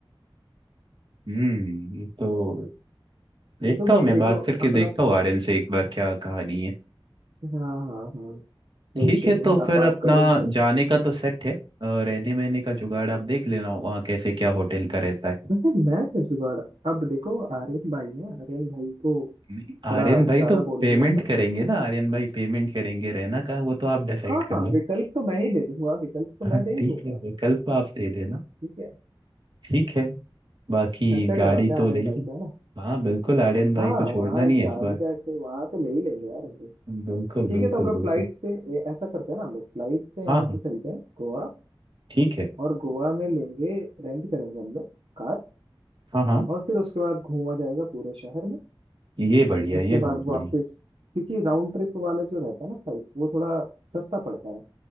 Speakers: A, on the right; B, on the right.
A: हम्म ये तो देखता
B: तो भाई
A: हूँ मैं
B: देखो
A: बात करके
B: अपना
A: देखता हूँ आर्यन से एक बार क्या कहानी है
B: हाँ हाँ हाँ कोई
A: ठीक
B: इशू
A: है
B: नहीं
A: तो
B: आप
A: फिर
B: बात
A: अपना
B: करो उनसे
A: जाने का तो सेट है अ, रहने वहने का जुगाड़ आप देख लेना वहाँ कैसे क्या होटल का रहता है
B: वैसे मैं क्या जुगाड़ अब देखो आर्यन भाई है आर्यन भाई को
A: नहीं, आर्यन
B: थोड़ा
A: भाई
B: ज्यादा
A: तो
B: बोलेंगे
A: पेमेंट
B: हम लोग
A: करेंगे ना आर्यन भाई पेमेंट करेंगे रहना कहाँ वो तो आप डिसाइड
B: हाँ
A: कर
B: हाँ
A: लो
B: विकल्प तो मैं ही दे दूंगा विकल्प तो
A: हाँ
B: मैं
A: ठीक
B: दे ही दूंगा
A: है विकल्प आप दे देना
B: ठीक है
A: ठीक है बाकी
B: खर्चा
A: गाड़ी
B: करवाते हैं
A: तो
B: आर्यन
A: ले ली
B: भाई से है ना
A: हाँ बिल्कुल आर्यन भाई
B: हाँ
A: को छोड़ना
B: वहाँ
A: नहीं है
B: गाड़ी
A: इस बार
B: का के वहाँ तो ले ही लेंगे यार हम लोग
A: बिल्कुल
B: ठीक
A: बिल्कुल
B: है तो हम लोग
A: बिल्कुल
B: फ्लाइट से ए- ऐसा करते हैं ना हम लोग फ्लाइट से यहाँ
A: हाँ
B: से
A: हाँ
B: चलते हैं गोवा
A: ठीक है
B: और गोवा में लेंगे रेंट करेंगे हम लोग कार
A: हाँ हाँ
B: और फिर उसके बाद घूमा जाएगा पूरे शहर में
A: ये बढ़िया
B: इसके
A: ये बहुत
B: बाद वापस
A: बढ़िया
B: क्योंकि राउंड ट्रिप वाला जो रहता है ना फ्लाइट वो थोड़ा सस्ता पड़ता है